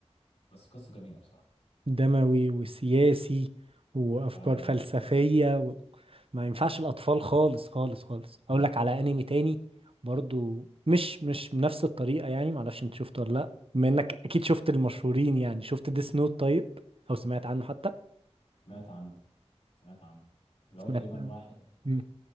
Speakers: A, on the left; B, on the right.
A: بس قصه جميله بصراحه
B: دموي وسياسي وافكار
A: ايوه
B: فلسفيه ما ينفعش
A: اه
B: الاطفال خالص خالص خالص اقول لك على انمي تاني برضو مش مش بنفس الطريقه يعني معرفش انت شفته ولا لا بما انك اكيد شفت المشهورين يعني شفت ديس نوت طيب او سمعت عنه حتى
A: سمعت عنه سمعت عنه اللي هو
B: سمعت
A: تقريبا واحد
B: مم.